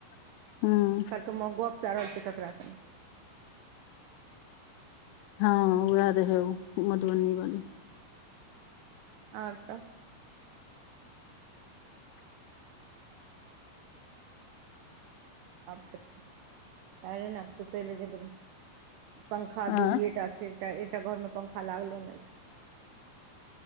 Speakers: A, on the left; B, on the right.
A: <unintelligible>
B: कहलकै माँ गप कै रहल छै ककरा सेन
A: हँ ओहै रहै ओ मधुबनी वाली
B: और सब आ तऽ आरे ने सुतै ले जे पंखा
A: आँ
B: दूइ टा छैे तऽ एकटा घर में पंखा लागलो नै छै